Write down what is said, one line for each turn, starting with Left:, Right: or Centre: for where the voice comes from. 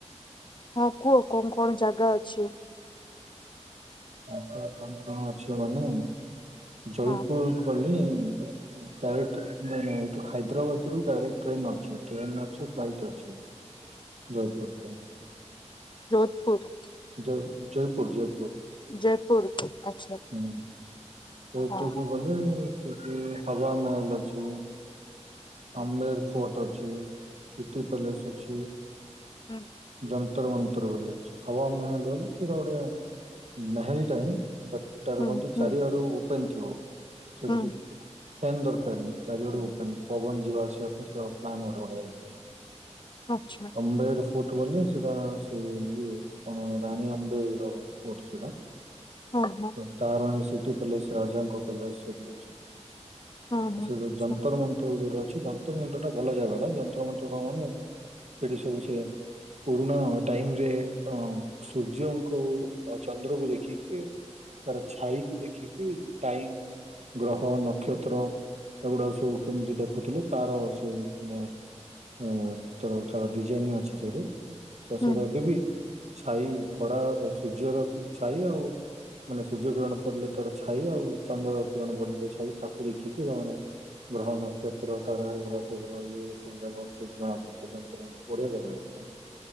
Left: ହଁ କୁହ କଣ କଣ ଜାଗା ଅଛି?
Right: ଆଙ୍କର କଣ କଣ ଅଛି ମାନେ ଜୟପୁର
Left: ହଁ
Right: ବୋଲି ଉଁ ଡାଇରେକ୍ଟ ମାନେ ଏଇଠୁ ହାଇଦ୍ରାବାଦରୁ ଡାଇରେକ୍ଟ ଟ୍ରେନ୍ ଅଛି, ଟ୍ରେନ ଅଛି ଫ୍ଲାଇଟ୍ ଅଛି। ଜୟପୁରକୁ।
Left: ଯୋଧପୁର।
Right: ଜୟ ଜୟପୁର ଜୟପୁର।
Left: ଜୟପୁର ଆଚ୍ଛା।
Right: ହୁଁ ସେଇଥୁକୁ
Left: ହଁ
Right: ଗଲେ ସେଠି ହାୱାମେହେଲ ଅଛି। ଆମେର ଫୋର୍ଟ ଅଛି। ସିଟି ପ୍ୟାଲେସ ଅଛି।
Left: ହୁଁ
Right: ଜନ୍ ତନ୍ତ୍ର ମନ୍ତ୍ରର ବୋଲି ଅଛି ଆଉ ଆମେ ହେଲୁ ବୋଲି ସେଟା ଗୋଟେ ମେହେଲଟା ହିଁ ବେ ତାରକନ୍ତି
Left: ହୁଁ ହୁଁ
Right: ଚାରିଆଡୁ ଓପେନ ଥିବ ସେଠୀ
Left: ହୁଁ
Right: ଫ୍ୟାନ୍ ଦରକାରନି ଚାରିଆଟେ ଓପେନ୍ ପବନ ଯିବା ଆସିବା ପାଇଁ ସେ ପ୍ଲାନ୍ ଗୋରା ହେଇଥିବ।
Left: ଆଛା।
Right: ଅମ୍ବେର ଫୋର୍ଟ ଗଲେ ସେଟା ସେ ଇଏ କଣ ରାଣୀ ଅମ୍ବେର କୋଉଠି ସେଟା?
Left: ହଁ ହୁଁ।
Right: ତ ତାର ସିଟି ପ୍ୟାଲେସ୍ ରାଜାଙ୍କ ପ୍ୟାଲେସ ସେଠି ଅଛି
Left: ହଁ ହଁ
Right: ସେଠି
Left: ଆଛା
Right: ଯନ୍ତର ମନ୍ତ ତୋର ଯୋଉଟା ଅଛି ଯନ୍ତ୍ର ମନ୍ତ ଟା ଭଲ ଜାଗା ଟ ଯନ୍ତ୍ର ମନ୍ତ କଣ କହନି ମାନେ ସେଠି ସବୁ ସେ ପୁରୁଣା ଟାଇମ ରେ ଅ ସୂର୍ଯ୍ୟଙ୍କୁ ଓ ଚନ୍ଦ୍ରକୁ ଦେଖିକି ତାର ଛାଇ କୁ ଦେଖିକି ଟାଇମ ଗ୍ରହ ନକ୍ଷତ୍ର ଏଗୁଡା ସବୁ କେମିତି ଦେଖୁଥିଲେ ତାର ସେ ମାନେ ଆ ତୋର ତାର ଡିଜାଇନ ଅଛି ସେଇଟି ତ
Left: ହୁଁ
Right: ସେଇଟା ଏବେବି ଛାଇ ଖରା ସୂର୍ଯ୍ୟର ଛାଇ ଆଉ ମାନେ ସୂର୍ଯ୍ୟ କିରଣ ପଡିଲେ ତାର ଛାଇ ଆଉ ଚନ୍ଦ୍ର କିରଣ ବୋଲି ଛାଇ ତାକୁ ଦେଖିକିା ସେମାନେ ଗ୍ରହଣ କ୍ଷେତ୍ର ତାର ଏଗୁରା ସବୁ ରହିଲେ ଇଏ ସବୁ ଜାଗା ସବୁ ଜଣାପଡିଯିବ ଯନ୍ତନ୍ତ ବଡିଆ ଯାଗାଟା ସେଟା।